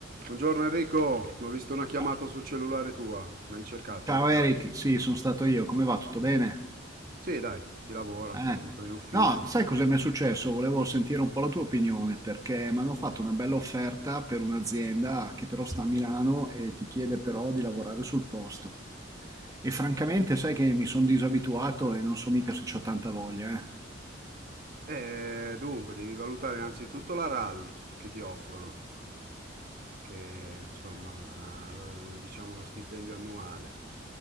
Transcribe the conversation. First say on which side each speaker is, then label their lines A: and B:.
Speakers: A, on the right (about 50°); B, on the right (about 20°).
A: Buongiorno Enrico, ho visto una chiamata
B: Ciao
A: sul cellulare tua, l'hai cercato?
B: Ciao Eric, sì, sono stato io. Come va? Tutto bene?
A: Sì, dai, si lavora,
B: Eh.
A: sempre in ufficio.
B: No, sai cosa mi è successo? Volevo sentire un po' la tua opinione perché mi hanno fatto una bella offerta per un'azienda che però sta a Milano e ti chiede però di lavorare sul posto. E francamente, sai che mi sono disabituato e non so mica se c'ho tanta voglia, eh.
A: E dunque, devi valutare innanzitutto la RAL che ti offrono, che insomma, lo- diciamo lo stipendio annuale.